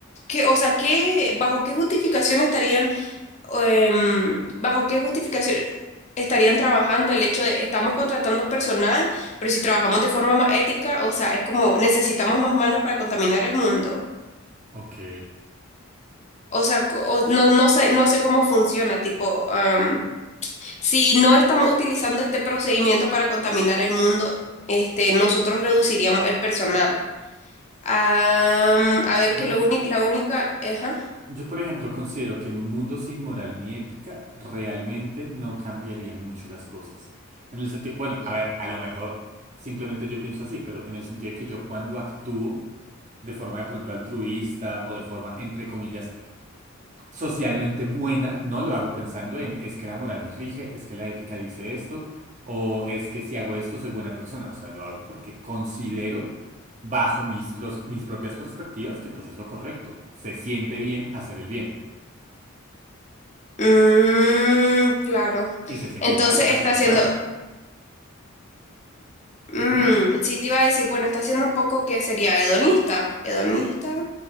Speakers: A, on the left; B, on the right.
A: que, o sea, ¿qué, bajo qué justificación estarían, em, bajo qué justificación estarían trabajando el hecho de estamos contratando personal, pero si trabajamos de forma más ética, o sea, es como necesitamos más manos para contaminar al mundo.
B: Ok.
A: O sea, co- o- no, no sé, no sé cómo funciona, tipo, am, si no estamos utilizando este procedimiento para contaminar el mundo, este, nosotros reduciríamos el personal. Am, a ver
B: Yo,
A: que lo único, la única, ajá.
B: yo, por ejemplo, considero que en un mundo sin moral ni ética, realmente no cambiarían mucho las cosas. En el sentido, bueno, a ver, a lo mejor simplemente yo pienso así, pero en el sentido de que yo cuando actúo de forma de pronto altruista o de forma, entre comillas, socialmente buena, no lo hago pensando en es que la moral me rige, es que la ética dice esto, o es que si hago esto soy buena persona. O sea, lo hago porque considero, bajo mis, pros- mis propias perspectivas, que pues es lo correcto. Se siente bien hacer el bien
A: Mm, claro.
B: y se siente
A: Entonces
B: mal hacer
A: está haciendo,
B: el mal.
A: mm,
B: Dime.
A: sí te iba a decir, bueno, está haciendo un poco que sería hedonista, hedonista,